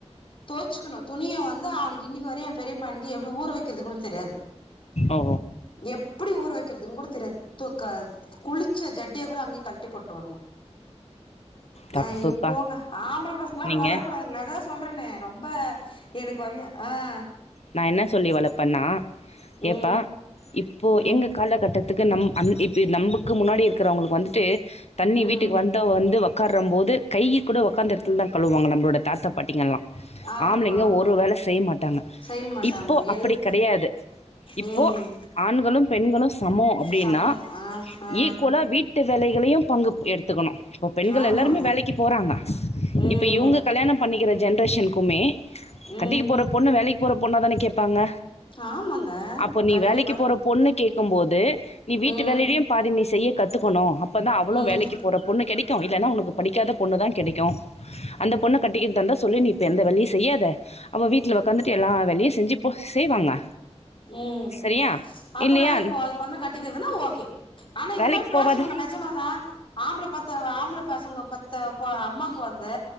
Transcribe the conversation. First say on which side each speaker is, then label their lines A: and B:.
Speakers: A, on the left; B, on the left.
A: தோச்சுக்கணும் துணிய வந்து அவனுக்கு இன்னைக்கு வர என் பெரியப்பையனுக்கு எப்படி ஊற வைக்கிறது கூட தெரியாது
B: ஓ
A: எப்படி ஊற வைக்கிறதுன்னு கூட குளிச்ச ஜட்டிய கூட அங்கே கழட்டி போட்டு போட்டு வருவான்
B: தப்புப்பா
A: அஹ் போங்க ஆம்பளை பசங்களாம் அப்படி
B: நீங்க
A: வளரக்கூடாதுங்க ஏதாவது சொல்றேன்ங்க ரொம்ப எனக்கு வந்து ஆஹ்
B: நான் என்ன சொல்லி வளப்பேண்ணா ஏன்ப்பா
A: ம்
B: இப் இப்போ
A: ம்
B: எங்க காலத்துல கட்டத்துக்கு நம் இப்ப நமக்கு முன்னாடி இருக்கிறவங்களுக்கு வந்துட்டு தண்ணி
A: ம்
B: வீட்டுக்கு வந்தா வந்து உட்காரறபோது கை கூடக்காந்து இடல தான் கழுவுவாங்க நம்மளோட தாத்தா பாட்டிங்கள்லாம்
A: ஆமா
B: ஆம்ளைங்க
A: ஆமா
B: ஒரு வேலை செய்ய மாட்டாங்க
A: செய்ய மாட்டாங்க
B: இப்போ அப்படி
A: எல்
B: கிடையாது இப்போ
A: ம்
B: ஆண்களும் பெண்களும் சமம் அப்படின்னா
A: சமம் ஆ ஆ
B: ஈக்குவலா வீட்டு வேலைகளையும் பங்கு எடுத்துக்கணும் இப்போ பெண்கள்
A: ஆமாங்
B: எல்லாருமே வேலைக்கு போறாங்க
A: ம்
B: இப்ப இவங்க கல்யாணம் பண்ணிக்க இருக்கிற ஜென்ரேஷனுக்குமே
A: ம்
B: கட்டிக்கு போற பொண்ணு வேலைக்கு போற பொண்ணா தான கேட்பாங்க
A: ஆமாங்க
B: அப்ப நீ
A: கண்டிப்பா
B: வேலைக்கு போற பொண்ணு கேட்கும்போது நீ வீட்டு
A: ம்
B: வேலையிலும் பாதி நீ செய்ய கத்துக்கணும் அப்பதான் அவ்வளும்
A: ம்
B: வேலைக்கு போற பொண்ணு கிடைக்க இல்லன்னா உனக்கு படிக்காத பொண்ணு தான் கிடைக்கும் அந்த பொண்ணு கட்டிக்கிட்டுந்த சொல்லு வீட்டு வேலை செய்யாத அவ வீட்டல உக்காந்து எல்லாம் வேலையையும் செஞ்சு போ செய்வாங்க
A: ம்
B: சரியா
A: அப்ப
B: இல்லையா
A: வேலைக்கு போவாத பொண்ண கட்டிக்கிறதுன்னா ஓகே ஆனா இது
B: வேலைக்கு
A: மாரி பேசணுங்க
B: போவாது
A: நெஜமாதான் ஆம்பள பாத் தவ ஆம்பள பசங்க பெத்த பொ அம்மாங்க வந்து